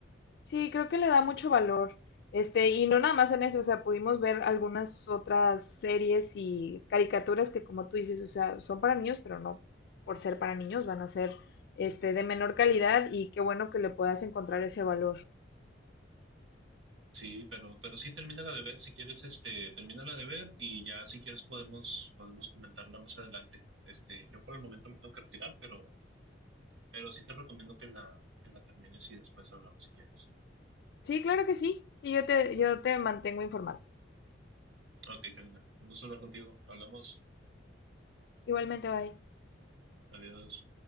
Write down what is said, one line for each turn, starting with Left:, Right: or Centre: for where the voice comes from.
Left: sí, creo que le da mucho valor. Este, y no nada más en eso, o sea, pudimos ver algunas otras series y caricaturas que como tú dices, o sea, son para niños, pero no por ser para niños, van a ser este de menor calidad y qué bueno que le puedas encontrar ese valor.
Right: Sí, pero, pero sí termínala de ver, si quieres, este, termínala de ver y ya si quieres podemos, podemos comentarla más adelante. Este, yo por el momento me tengo que retirar, pero, pero sí te recomiendo que la, que la termines y después hablamos si quieres.
Left: Sí, claro que sí. Sí, yo te, yo te mantengo informado.
Right: Ok, Karina, un gusto hablar contigo. Hablamos.
Left: Igualmente, bye.
Right: Adiós.